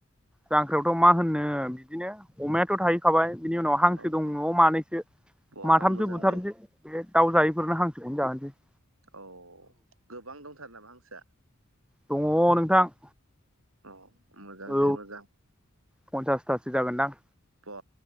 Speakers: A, in the centre; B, on the right.
A: जांख्रायावथ' मा होननो बिदिनो अमायाथ' थाहै खाबाय बिनि उनाव हांसो
B: औ
A: दं न'आव मानैसो।
B: बहा
A: माथामसो
B: मोजां
A: बुथारनोसै
B: दे
A: बे दाउ जायैफोरनो हांसोखौनो जाहोनोसै।
B: औ गोबां दंथारो नामा हांसोआ?
A: दङ' नोंथां।
B: अ मोजां
A: औ
B: दे मोजां।
A: पन्सासथासो जागोनदां।
B: बा